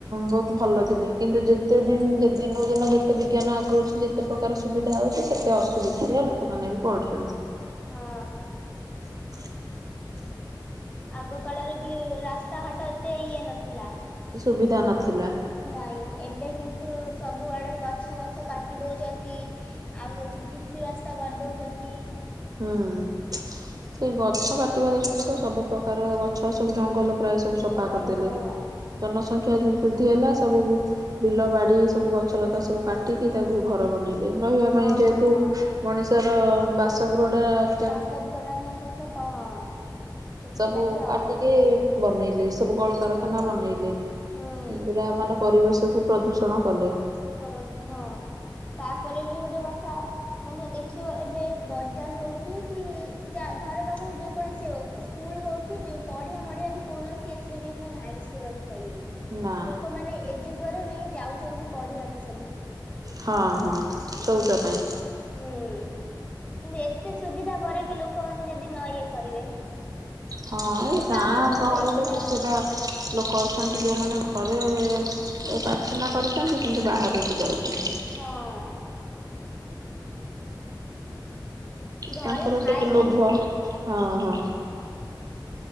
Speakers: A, on the right; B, on the left.
A: ବହୁତ ଭଲ ଥିଲେ। କିନ୍ତୁ ଯେତେ
B: ହୁଁ
A: ଦିନ ଦିନକୁ ଦିନ ଯେ ତେ ବିଜ୍ଞାନ ଆଗୋଉଛି ଯେତେ ପ୍ରକାର ସୁବିଧା ହଉଛି ସେତେ ଅସୁବିଧାରେ ଲୋକମାନେ ବି ପଡୁଛନ୍ତି।
B: ହଁ।
A: <inaudible>
B: ଆଗ କାଳରେ ବି ରାସ୍ତାଘାଟ ଏତେ ଇଏ ନଥିଲା।
A: ସୁବିଧା ନଥିଲା।
B: ନାଇଁ ଏବେ କିନ୍ତୁ ସବୁଆଡୁ ଗଛ ବଛ କାଟି ଦଉଛନ୍ତି ଆଉ ହୋଉଛି ପିଚୁ ରାସ୍ତା କରିଦଉଛନ୍ତି।
A: ହୁଁ। ସେ ଗଛ କାଟିବା ଦୋସୁରୁ ତ ସବୁ ପ୍ରକାର ଗଛ ସବୁ ଜଙ୍ଗଲ ପ୍ରାୟ ସବୁ ସଫା
B: ହଁ
A: କରିଦେଲେ।
B: ହଁ।
A: ଜନସଂଖ୍ୟା ବୃଦ୍ଧି ହେଲା। ସବୁ ବିଲ ବାଡି ସବୁ ଗଛ ଲତା ସବୁ କାଟିକି ତାକୁ ଘର ବନେଇଲେ ରହିବା
B: ହଁ
A: ପାଇଁ ଯେହେତୁ।
B: ହଁ
A: ମଣିଷର ବାସଗୃହ ଟା ଅ
B: ବାସଗୃହ ଟା ନିଏ ତ ସେ କହ ହଁ। ସେଥିଲାଗି
A: ସବୁ କାଟିକି
B: ଆଉ।
A: ବନେଇଲେ ସବୁ କଳକାରଖାନା
B: ହୁଁ
A: ବନେଇଲେ।
B: ହୁଁ।
A: ପୁରା ମାନେ ପରିବେଶ କୁ ପ୍ରଦୂଷଣ କଲେ।
B: କରନ୍ତି ହଁ ତାପରେ ବି ଗୋଟେ କଥା ମାନେ ଦେଖିବ ଏବେ ବଜାର ହୋଉ କି କି ଯା ଘର ପାଖରେ ଯେକୌଣସି ହୋଉ। ସ୍କୁଲ ହୋଉ କି ଯୋଉ ପଢିଆ ମଢିଆ ବି କୌଣସି ଏଥିରେ ବି ନାଇଁ ସୁରକ୍ଷିତ ଇଏ
A: ନା
B: ଲୋକମାନେ ଏ ଯୁଗରେ ବି ଯାଉଚନ୍ତି ପଢିବାକୁ ସବୁ।
A: ହଁ ହଁ ଶଉଚ ପାଇଁ।
B: ହୁଁ କିନ୍ତୁ ଏତେ ସୁବିଧା ପରେ ବି ଲୋକମାନେ ଯଦି ନ ଇଏ କରିବେ।
A: ହଁ ଏଇ
B: ମାନେ
A: ଗାଁ
B: ବାହାରକୁ
A: ଗହଳିରେ
B: ଯାଇକିନା
A: କେତଟା ଲୋକ ଅଛନ୍ତି ଯୋଉ ମାନେ ଘରେ
B: ହୁଁ
A: ପାଇଖେନା କରିଚନ୍ତି କିନ୍ତୁ ବାହାରକୁ ଯାଉଚନ୍ତି।
B: ହଁ ଘରେ
A: ତାଙ୍କର
B: ଥାଇକି
A: ସବୁ ଲୋଭ ହଁ
B: ବି
A: ହଁ।